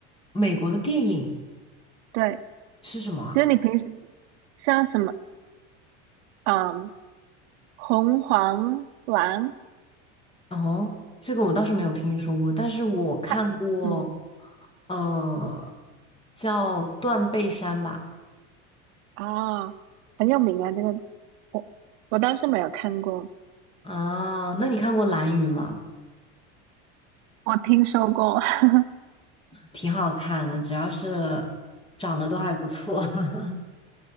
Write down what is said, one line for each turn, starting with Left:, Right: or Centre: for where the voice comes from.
Left: 美国的电影
Right: 对，
Left: 是什么啊？
Right: 就是你平时像什么，嗯，红黄蓝。
Left: 哦，这个我倒是没有听说过，但是我看过，
Right: 他，嗯，
Left: 呃，叫《断背山》吧。
Right: 啊、很有名啊，这个我我倒是没有看过，
Left: 啊，那你看过《蓝宇》吗？
Right: 我听说过。<laughs>
Left: 挺好看的，主要是长得都还不错。<laughs>